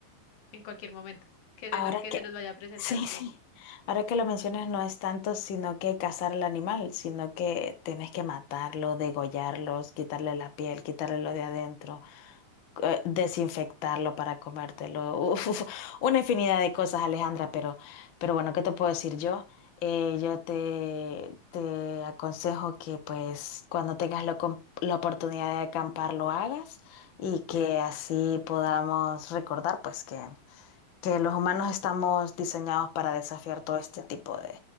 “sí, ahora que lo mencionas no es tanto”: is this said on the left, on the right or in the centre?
Left